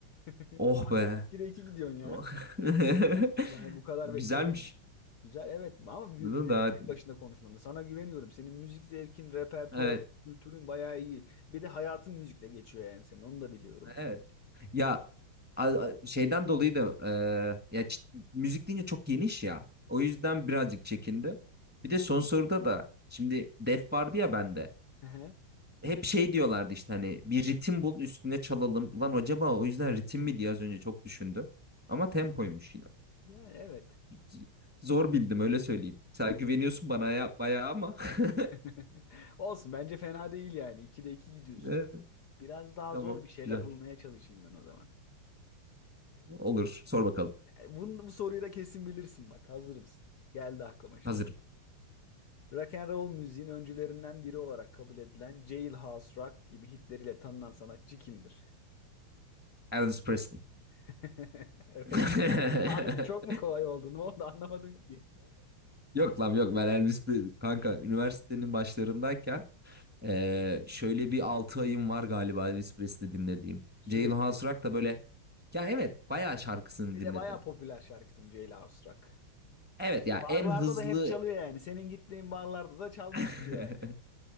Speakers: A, on the left (about 60°); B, in the centre.
A: <laughs>
B: Oh be.
A: İki de iki gidiyorsun ya.
B: Oh. <laughs>
A: Ben yani bu kadar
B: Güzelmiş.
A: beklemiyordum. Güzel evet ama gü-
B: Bunu
A: dedim
B: da
A: en başında konuşmanı. Sana güveniyorum. Senin müzik zevkin, repertuarın,
B: evet
A: kültürün bayağı iyi. Bir de hayatın müzikle geçiyor yani senin. Onu da biliyorum.
B: evet. Ya a- a- şeyden dolayı da e, ya çi- müzik deyince çok geniş ya. O yüzden birazcık çekindim. Bir de son soruda da şimdi def vardı ya bende.
A: Hı hı.
B: Hep şey diyorlardı işte hani bir ritim bul üstüne çalalım. Ulan acaba o yüzden ritim mi diye az önce çok düşündüm. Ama tempoymuş yine.
A: Yani evet.
B: Z- Zor bildim öyle söyleyeyim. Sen güveniyorsun bana ya bayağı ama. <laughs>
A: <laughs> Olsun bence fena değil yani. İki de iki gidiyorsun.
B: Evet,
A: Biraz daha
B: Tamam.
A: zor bir şeyler
B: Güzel.
A: bulmaya çalışayım ben o zaman.
B: Olur. Sor bakalım.
A: Bunu, bu soruyu da kesin bilirsin bak. Hazır mısın? Geldi aklıma şimdi.
B: Hazırım.
A: Rock and roll müziğin öncülerinden biri olarak kabul edilen Jailhouse Rock gibi hitleriyle tanınan sanatçı kimdir?
B: Elvis Presley.
A: <laughs> Evet.
B: <laughs>
A: Abi bu çok mu kolay oldu? Ne oldu anlamadım ki.
B: Yok lan yok ben Elvis Presley. Kanka üniversitenin başlarındayken eee, şöyle bir 6 ayım var galiba Elvis Presley dinlediğim.
A: Sürekli.
B: Jailhouse Rock da böyle ya evet bayağı şarkısını
A: Bir
B: dinledim.
A: de bayağı popüler şarkısı Jailhouse Rock.
B: Evet ya
A: Barlarda
B: en hızlı
A: da hep çalıyor yani. Senin gittiğin barlarda da çalmıştır
B: <laughs>
A: yani.